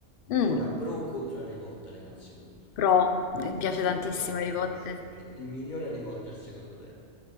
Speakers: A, on the left (about 60°); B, on the left (about 40°).
A: Mm,
B: ora pro o contro Harry Potter innanzitutto?
A: pro, mi piace
B: Super
A: tantissimo
B: però, eh
A: i ricotta.
B: sì, anche io. Il migliore Harry Potter secondo te?